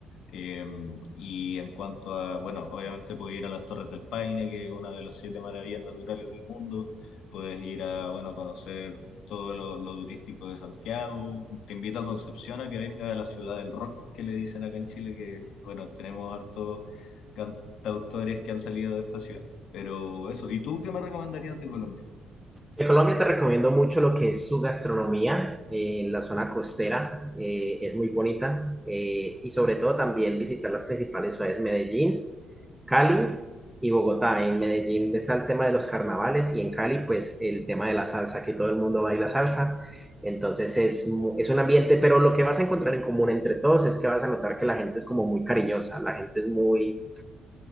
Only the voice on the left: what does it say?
Eh, y en cuanto a, bueno, obviamente puedes ir a las Torres del Paine, que es una de las siete maravillas naturales del mundo. Puedes ir a, bueno, conocer todo lo, lo turístico de Santiago. Te invito a Concepción a que venga a la ciudad del rock, que le dicen acá en Chile, que, bueno, tenemos hartos cantautores que han salido de esta ciudad. Pero eso, ¿y tú qué me recomendarías de Colombia?